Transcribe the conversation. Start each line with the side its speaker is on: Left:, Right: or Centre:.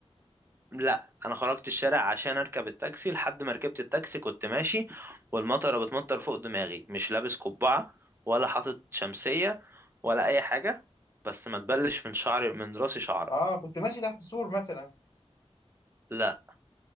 Right: لا أنا خرجت الشارع عشان أركب التاكسي لحد ما ركبت التاكسي كنت ماشي والمطرة بتمطر فوق دماغي مش لابس قبعة ولا حاطط شمسية ولا أي حاجة بس ما تبلش من شعري من راسي شعرة
Left: أه كنت ماشي تحت سور مثلا
Right: لا